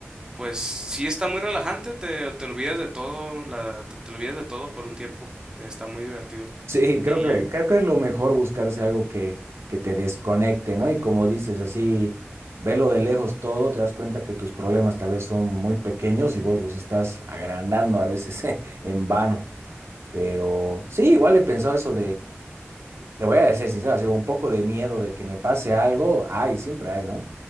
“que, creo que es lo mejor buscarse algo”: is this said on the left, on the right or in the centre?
Right